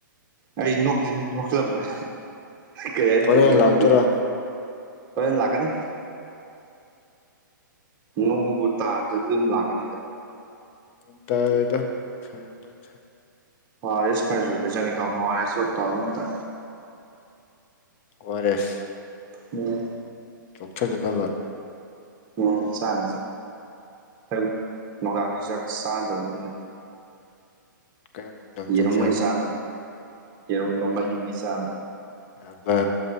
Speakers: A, on the right; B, on the left.
A: ꯑꯩ ꯅꯣꯛꯇ ꯅꯣꯛꯁꯤꯜꯂꯝꯕꯅꯦ ꯀꯩ ꯍꯥꯏꯅꯣꯖꯤ
B: ꯍꯣꯔꯦꯟ
A: ꯀꯩ
B: ꯂꯥꯛꯇꯣꯏꯔꯣ
A: ꯐꯪꯗꯦ ꯍꯣꯏꯅ ꯂꯥꯛꯀꯅꯤ ꯅꯣꯡꯕꯨ ꯇꯥꯗ꯭ꯔꯗꯤ ꯑꯗꯨꯝ ꯂꯥꯛꯀꯅꯤꯗ
B: ꯅꯣꯡ ꯇꯥꯗ ꯅꯨꯡꯁꯥ ꯌꯥꯝ ꯂꯅ ꯁꯥꯏ
A: ꯍꯔꯦꯁ ꯈꯔꯁꯨ ꯂꯩ ꯆꯪꯉꯦ ꯇꯧꯅꯉꯔꯦꯁꯨ ꯇꯧ ꯑꯗꯨ ꯇ
B: ꯑꯣꯔ ꯑꯦꯁ
A: ꯎꯝ
B: ꯆꯣꯛꯊ ꯆꯗ
A: ꯑꯣ ꯆꯥꯡꯁꯦ ꯑꯌꯨꯛ ꯅꯨꯡꯗꯥꯡꯁꯤꯁꯨ ꯆꯥꯛ ꯆꯥꯗꯕꯅꯤꯅ
B: ꯀꯩꯅꯣ ꯅꯨꯡꯗꯥꯡ
A: ꯌꯦꯔꯝꯉꯣꯏꯩ
B: ꯆꯥꯛ ꯆꯥꯔꯤ
A: ꯆꯥꯡ ꯌꯦꯔꯨꯝꯕ ꯃꯔꯤ ꯃꯔꯤ ꯆꯥꯡ
B: ꯑꯕ